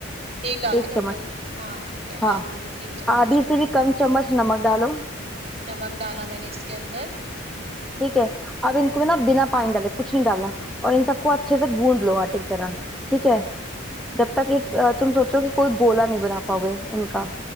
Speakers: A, on the right (about 30°); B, in the centre.
A: एक डाल
B: एक
A: दी मैंने
B: चम्मच
A: तो हाँ ठीक है
B: हाँ
A: डाल दी एक चम्मच
B: आधी से भी कम चम्मच नमक डालो
A: नमक डाला मैंने इसके अंदर
B: ठीक है अब इनको ना बिना पानी डाले कुछ नहीं डालना और इन सबको अच्छे से गूंद लो आटे की तरह ठीक है जब तक एक अ, तुम सोचो कि कोई गोला नहीं बना पाओगे इनका